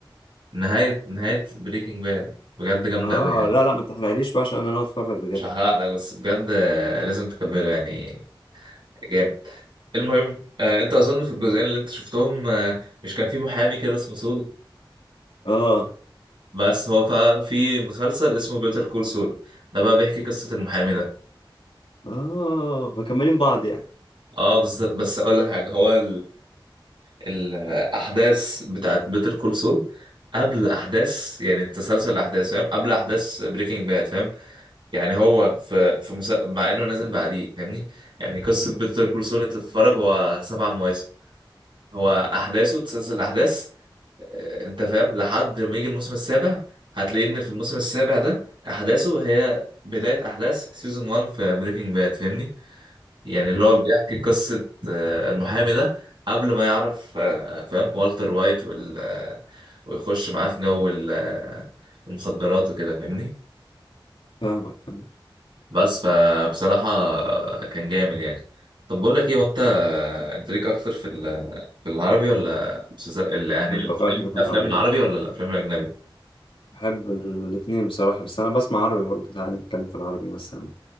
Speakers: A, on the right (about 65°); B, on the left (about 80°).
A: نهايه نهايه بريكنج باد بجد جامده
B: اه
A: قوي يعني
B: لا لا ما تحرقليش بقى عشان انا ناوي اتفرج بجد
A: مش هحرق لك بس بجد آه، لازم تكمله يعني جامد المهم آه، انت اظن في الجزئين اللي انت شفتهم آه، مش كان في محامي كده اسمه سول
B: اه
A: بس هو ف- في مسلسل اسمه بيتر كول سول ده بقى بيحكي قصة المحامي ده
B: اه مكملين بعض يعني
A: اه بالظبط بس اقول لك حاجة هو الاحداث بتاعت بيتر كول سول قبل احداث يعني تسلسل الاحداث فاهم قبل احداث بريكنج باد فاهم يعني هو في في مسا... مع انه نازل بعديه فاهمني يعني قصة بيتر كول سول انت تتفرج هو سبع مواسم هو احداثه تسلسل الاحداث آه، انت فاهم لحد ما يجي الموسم السابع هتلاقي ان في الموسم السابع ده احداثه هي بداية احداث سيزون 1 في بريكنج باد فاهمني يعني اللي
B: امم
A: هو بيحكي قصة آه، المحامي ده قبل ما يعرف آه، فاهم والتر وايت وال آه، ويخش معاه في جو ال- آه، المخدرات وكده فاهمني
B: فاهمك فاهمك
A: بس فبصراحة كان جامد يعني طب بقول لك ايه وانت انت ليك اكتر في ال- في العربي ولا مسلسل- ال- يعني
B: بحب
A: الافلام
B: بقى الحاجات
A: الافلام
B: العربي
A: العربي
B: بقى
A: ولا الافلام الاجنبي
B: بحب الاتنين بصراحة بس انا بسمع عربي برضه تعالى نتكلم في العربي مثلا